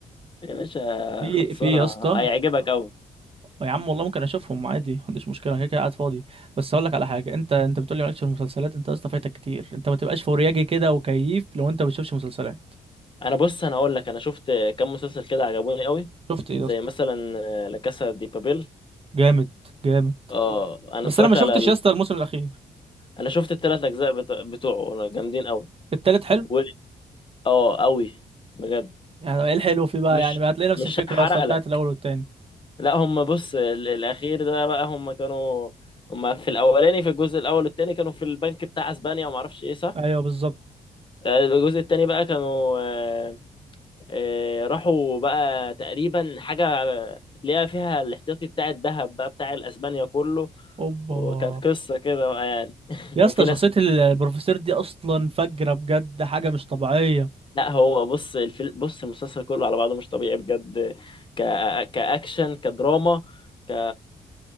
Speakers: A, on the left; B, on the right.
A: يا باشا
B: في
A: خلصانه
B: في يا اسطى
A: هيعجبك قوي
B: يا عم والله ممكن اشوفهم عادي ما عنديش مشكله انا كده كده قاعد فاضي بس اقول لك على حاجه انت انت بتقول لي مالكش في المسلسلات انت يا اسطى فايتك كتير انت ما تبقاش فورياجي كده وكيف لو انت ما بتشوفش مسلسلات
A: انا بص انا اقول لك انا شفت كام مسلسل كده عجبوني قوي
B: شفت ايه
A: زي
B: يا اسطى
A: مثلا آه، لا كاسا دي بابيل
B: جامد جامد
A: اه انا
B: بس
A: اتفرجت
B: انا ما شفتش
A: على ال...
B: يا اسطى الموسم الاخير
A: انا شفت التلات اجزاء بتوع... بتوعه جامدين قوي
B: التالت حلو
A: و... اه قوي بجد
B: يعني ايه الحلو فيه بقى
A: مش
B: يعني هتلاقي نفس
A: مش
B: الفكره
A: هحرق
B: يا اسطى بتاعت
A: لك
B: الاول والتاني
A: لا هم بص ال- الاخير ده بقى هم كانوا هم في الاولاني في الجزء الاول والتاني كانوا في البنك بتاع اسبانيا وما اعرفش ايه صح
B: ايوه بالظبط
A: آه، الجزء التاني بقى كانوا آه، آه، راحوا بقى تقريبا حاجه ليها فيها الاحتياطي بتاع الذهب بقى بتاع الاسبانيا كله
B: اوبا
A: وكانت قصه كده بقى يعني <laughs>
B: يا
A: وفي
B: اسطى
A: ناس
B: شخصية
A: بت...
B: البروفيسور دي أصلا فجرة بجد حاجة مش طبيعية
A: لا هو بص الفيل... بص المسلسل كله على بعضه مش طبيعي بجد ك... كأكشن كدراما ك